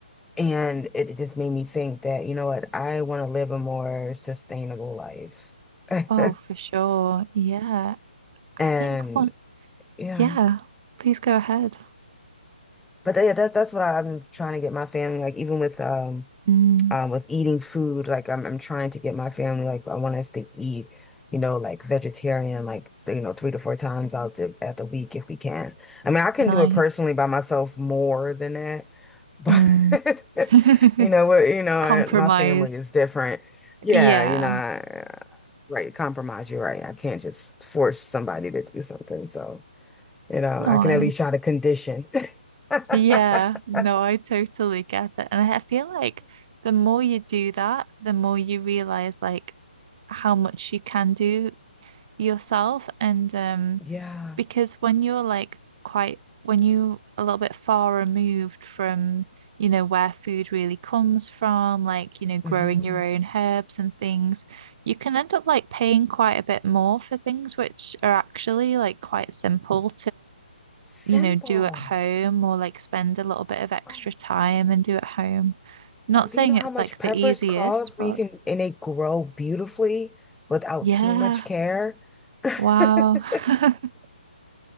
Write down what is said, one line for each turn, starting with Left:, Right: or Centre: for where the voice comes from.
Centre: and it, it just made me think that, you know what, I want to live a more sustainable life. <laughs>
Right: Oh, for sure. Yeah. I
Centre: And
Right: think one.
Centre: yeah,
Right: Yeah. Please go ahead.
Centre: but yeah, that's that's what I'm trying to get my family like even with um
Right: Mm,
Centre: um with eating food. Like I'm I'm trying to get my family like I want us to eat, you know, like vegetarian, like you know, three to four times out the at the week if we can. I mean, I can
Right: nice.
Centre: do it personally by myself more than that, but
Right: Mm.
Centre: <laughs>
Right: <laughs>
Centre: you know what, you know,
Right: Compromise.
Centre: my family is different. Yeah,
Right: Yeah.
Centre: you know, I- right, compromise, you're right. I can't just force somebody to do something. So, you know,
Right: No.
Centre: I can at least try to condition. <laughs>
Right: Yeah, no, I totally get it. And I feel like the more you do that, the more you realize like how much you can do yourself. And um,
Centre: Yeah.
Right: because when you're like quite, when you a little bit far removed from, you know, where food really comes from, like, you know, growing
Centre: hmm
Right: your own herbs and things, you can end up like paying quite a bit more for things which are actually like quite simple you
Centre: Simple.
Right: know, do at home or like spend a little bit of extra
Centre: Do
Right: time and do at home. Not
Centre: you
Right: saying
Centre: know how
Right: it's
Centre: much
Right: like
Centre: peppers
Right: the easiest,
Centre: cost
Right: but
Centre: when you can and they grow beautifully without
Right: yeah,
Centre: too much care?
Right: wow.
Centre: <laughs>
Right: <laughs>